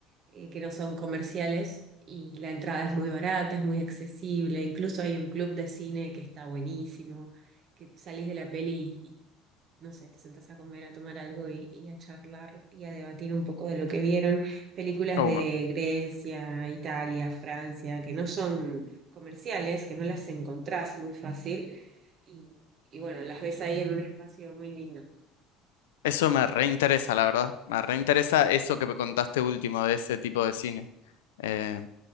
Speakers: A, on the right; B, on the left.
A: eh, que no son comerciales. Y la entrada es muy barata, es muy accesible. Incluso hay un club de cine que está buenísimo, que salís de la peli no sé, te sentás a comer, a tomar algo y, y a charlar y a debatir un poco de lo que vieron. Películas
B: Uh,
A: de
B: me-
A: Grecia, Italia, Francia, que no son comerciales, que no las encontrás muy fácil. Y, y bueno, las ves ahí en un espacio muy lindo.
B: eso me reinteresa, la verdad. Me reinteresa eso que me contaste último de ese tipo de cine. Eh,